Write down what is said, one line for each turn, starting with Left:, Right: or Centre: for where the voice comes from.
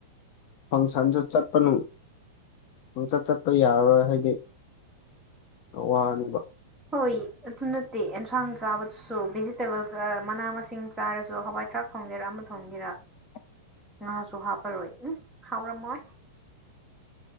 Left: ꯐꯪꯁꯟꯁꯨ ꯆꯠꯄꯅꯨ ꯄꯪꯆꯠ ꯆꯠꯄ ꯌꯥꯔꯔꯣꯏ ꯍꯥꯏꯗꯤ ꯋꯥꯅꯦꯕ
Centre: ꯍꯣꯏ ꯑꯗꯨ ꯅꯠꯇꯦ ꯑꯦꯟꯁꯥꯡ ꯆꯥꯕꯗꯁꯨ ꯚꯤꯖꯤꯇꯦꯕꯜꯁ ꯃꯅꯥ ꯃꯁꯤꯡ ꯆꯥꯔꯁꯨ ꯍꯋꯥꯏ ꯊꯔꯥꯛ ꯊꯣꯡꯒꯦꯔꯥ ꯑꯃ ꯊꯣꯡꯒꯦꯔꯥ
Left: <inaudible>
Centre: ꯉꯥꯁꯨ ꯍꯥꯞꯄꯔꯣꯏ ꯎꯝ ꯍꯥꯎꯔꯝꯃꯣꯏ